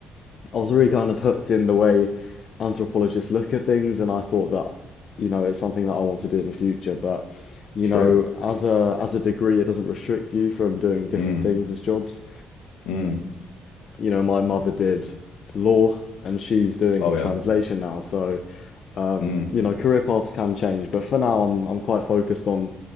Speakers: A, on the left (about 55°); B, on the left (about 85°).
A: I was really kind of hooked in the way anthropologists look at things, and I thought that, you know, it's something that I want to do in the future. But, you
B: true.
A: know, as a as a degree, it doesn't restrict you from doing different
B: Mm.
A: things as jobs.
B: Mm.
A: You know, my mother did law, and she's doing
B: Oh
A: translation
B: yeah.
A: now, so um,
B: Mm.
A: you know, career paths can change. But for now, I'm I'm quite focused on